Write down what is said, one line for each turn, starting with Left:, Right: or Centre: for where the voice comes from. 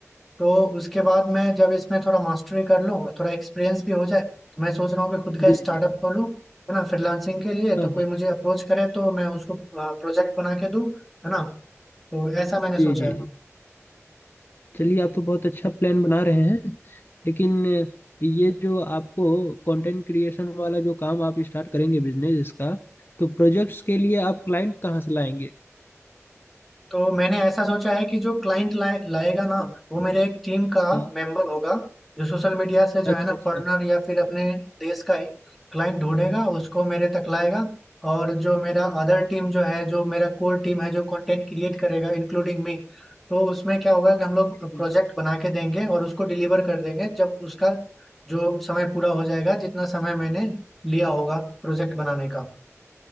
Centre: तो उसके बाद मैं जब इसमें थोड़ा मास्टरी कर लूँ थोड़ा एक्सपीरियंस भी हो जाए तो मैं सोच रहा हूँ कि खुद का
Left: जी
Centre: स्टार्टअप
Left: जी
Centre: खोलूँ है ना फ्रीलांसिंग के लिए
Left: हाँ
Centre: तो कोई
Left: हाँ
Centre: मुझे अप्रोच करे तो मैं उसको प्रोजेक्ट बना के दूँ है ना तो ऐसा मैंने
Left: जी
Centre: सोचा
Left: जी
Centre: है
Left: चलिए आप तो बहुत अच्छा प्लान बना रहे हैं लेकिन ये जो आपको कंटेंट क्रिएशन वाला जो काम आप स्टार्ट करेंगे बिजनेस इसका तो प्रोजेक्ट्स के लिए आप क्लाइंट कहाँ से लाएंगे
Centre: तो मैंने ऐसा सोचा है कि जो क्लाइंट लाए, लाएगा ना
Left: जी।
Centre: वो मेरे एक टीम का
Left: हाँ
Centre: मेंबर होगा जो सोशल मीडिया से जो
Left: अच्छा
Centre: है ना
Left: अच्छा
Centre: फॉरेनर या फिर अपने देश का ही क्लाइंट ढूंढेगा उसको मेरे तक लाएगा और जो मेरा अदर टीम जो है जो मेरा कोर टीम है जो कंटेंट क्रिएट करेगा इंक्लूडिंग मी तो उसमें क्या होगा कि हम लोग
Left: जी, जी।
Centre: प्रोजेक्ट बना के देंगे और उसको डिलीवर कर देंगे जब उसका जो समय पूरा हो जाएगा जितना समय मैंने लिया होगा प्रोजेक्ट बनाने का